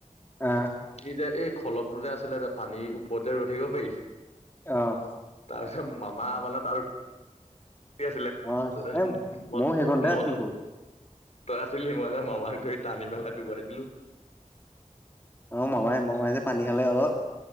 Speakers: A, on the left; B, on the left.
A: আহ
B: এই যে এই খলপটো যে আছিলে যে পানী ওপৰতে ৰৈ থাকিব পাৰি
A: অ'
B: তাৰপিছত মামা মানে তাত আছিলে
A: হয় এ
B: <unintelligible> মই
A: ময়ো সেইকণতে
B: মই
A: আছিলোতো
B: তই আছিলি মই যে মামাক গৈ টানি পেলাই ডুবাইছিলো
A: অ' মামাই-মামাই যে পানী খালে অলপ